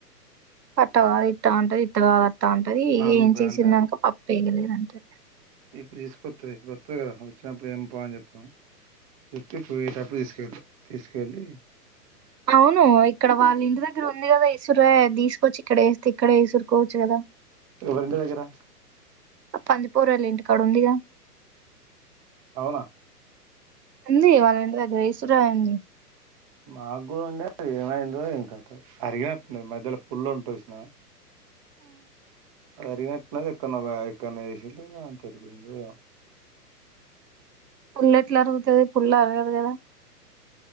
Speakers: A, on the right; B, on the right.
A: అట్ట కాదు ఇట్ట అంటది ఇట్ట కాదు అట్టా అంటది
B: మా అమ్మ
A: ఏం
B: ఇప్పుడు
A: చేసిందానుక
B: అంటది
A: పప్పుయలేదు నంటే
B: ఇప్పుడు తీసుకొస్తుంది ఇప్పుడు వస్తుంది కదా వచ్చినప్పుడు ఏం పావని చెప్ప చెప్పి పోయేటప్పుడు తీసుకెళ్ళి తీసుకేళ్ళి
A: అవును ఇక్కడ వాళ్ళ ఇంటి దగ్గర ఉంది కదా ఇసురాయీ తీసుకోవచ్చు ఇక్కడ వేస్తే ఇక్కడే ఇసురుకోవచ్చు కదా
B: ఎవరి ఇంటి దగ్గర
A: పంది పోరాలు ఇంటి కాడ ఉందిగా
B: అవునా
A: ఉంది వాళ్ళ ఇంటి దగ్గర ఇసురాయీ ఉంది
B: మాకు కూడా ఉండే అది ఏమైందో ఏకత్తో అరిగినట్టు మధ్యలో పుల్లు ఉంటది చూసినవా అది అరిగినట్టుది ఎక్కన్నా ఎక్కడనా వేసిళ్లు అంతే ఎటు పోయిందో ఏమో
A: పుల్ల ఎట్లా అరుగుతుది పులు అరగదు కదా